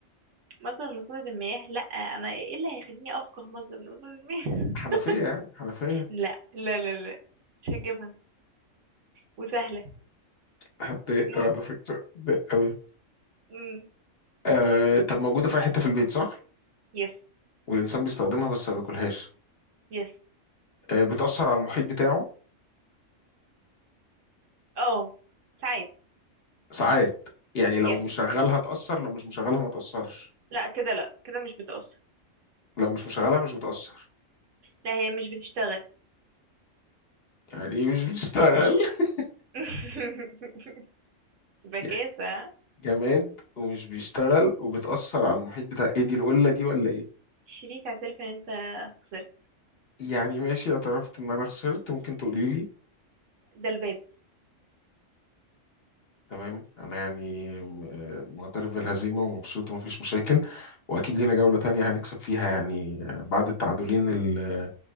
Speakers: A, on the right (about 70°); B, on the left (about 50°).
A: مصدر من مصادر المياه لا انا ايه اللي هيخليني افقه مصدر من مصادر المياه
B: حنفية
A: <laughs>
B: يعني حنفية
A: لا لا لا لا مش هجيبها وسهلة
B: هتضايق
A: موت
B: أوي على فكرة هتضايق أوي
A: مم.
B: آه طب موجودة في أي حتة في البيت صح؟
A: يس
B: والإنسان بيستخدمها بس ما بياكلهاش
A: يس
B: آه بتأثر على المحيط بتاعه
A: اه ساعات
B: ساعات يعني لو
A: يس
B: مشغلها تأثر لو مش مشغلها ما تأثرش
A: لا كده لا كده مش بتأثر
B: لو مش مشغلها مش بتأثر
A: لا هي مش بتشتغل
B: يعني ايه مش بتشتغل <laughs>
A: <laughs> بكاسة
B: يعني جماد ومش بيشتغل وبتأثر على المحيط بتاع ايه دي القلة دي ولا ايه؟
A: شريك اعترف ان انت خسرت
B: يعني ماشي اعترفت ان انا خسرت ممكن تقولي لي
A: ده الباب
B: تمام انا يعني آه، معترف بالهزيمه ومبسوط ومفيش مشاكل واكيد لينا جوله تانية هنكسب فيها يعني آه، بعد التعادلين ال-